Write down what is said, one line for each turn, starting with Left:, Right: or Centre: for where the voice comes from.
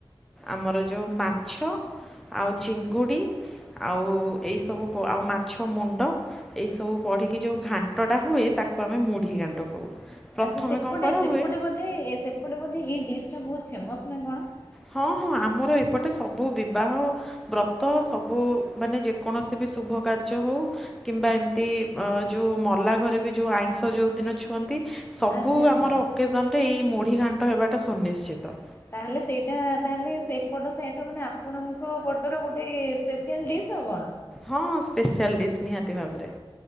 Centre: ଆମର ଯୋଉ ମାଛ। ଆଉ ଚିଙ୍ଗୁଡ଼ି ଆଉ ଏଇସବୁ ଆଉ ମାଛ ମୁଣ୍ଡ। ସବୁ ପଢ଼ିକି ଯୋଉ ଘାଣ୍ଟଟା ହୁଏ ତାକୁ ଆମେ ମୁଢ଼ି ଘାଣ୍ଟ କହୁ। ପ୍ରଥମେ
Left: ଆଚ୍ଛା ସେପଟେ
Centre: କଣ କରାହୁଏ
Left: ସେପଟେ ବୋଧେ ଏ ସେପଟେ ବୋଧେ ଏଇ ଡିଶଟା ବହୁତ ଫେମସ୍ ନା କଣ
Centre: ହଁ ହଁ ଆମର ଏପଟେ ସବୁ ବିବାହ ବ୍ରତ ସବୁ ମାନେ ଯେକୌଣସି ବି ଶୁଭ କାର୍ଯ୍ୟ ହଉ କିମ୍ବା ଏମିତି ଅ ଯୋଉ ମଲା ଘରେ ବି ଯୋଉ ଆଇଁଷ ଯୋଉ ଦିନ ଛୁଅନ୍ତି। ସବୁ
Left: ଆଚ୍ଛା ଆଚ୍ଛା।
Centre: ଆମର ଅକେଜନରେ ଏଇ ମୁଢ଼ି ଘାଣ୍ଟ ହେବାଟା ସୁନିଶ୍ଚିତ।
Left: ତାହେଲେ ସେଇଟା ତାହେଲେ ସେପଟ ସାଇଟ ମାନେ ଆପଣଙ୍କ ପଟର ଗୋଟେ ସ୍ପେଶଆଲ୍ ଡିସ୍ ଆଉ କଣ।
Centre: ହଁ ସ୍ପେଶଆଲ୍ ଡିସ୍ ନିହାତି ଭାବରେ।